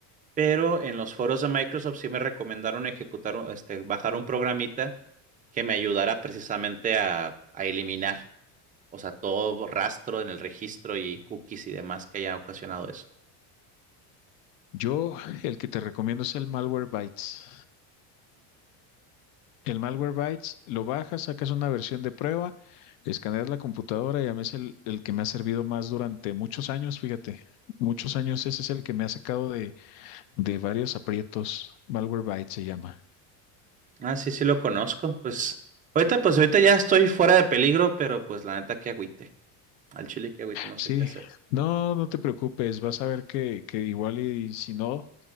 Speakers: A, on the right; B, on the left.
A: Pero en los foros de Microsoft sí me recomendaron ejecutar, un- este, bajar un programita que me ayudara precisamente a, a eliminar, o sea, todo rastro en el registro y cookies y demás que haya ocasionado eso.
B: Yo, el que te recomiendo es el Malwarebytes. El Malwarebytes lo bajas, sacas una versión de prueba, escaneas la computadora y a mí es el, el que me ha servido más durante muchos años, fíjate, muchos años ese es el que me ha sacado de, de varios aprietos. Malwarebytes se llama.
A: Ah, sí, sí lo conozco. Pues ahorita, pues ahorita ya estoy fuera de peligro, pero pues la neta que agüite. Al chile que agüite, no
B: Sí,
A: sé qué hacer.
B: no, no te preocupes, vas a ver que, que igual y si no,